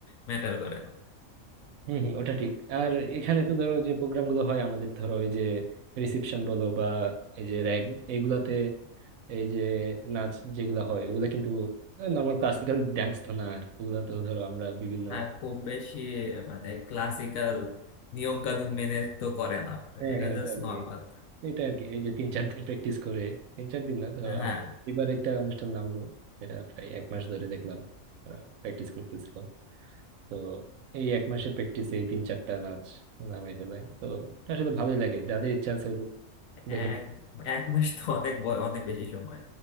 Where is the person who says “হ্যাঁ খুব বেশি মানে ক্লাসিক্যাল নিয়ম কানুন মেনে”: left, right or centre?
Left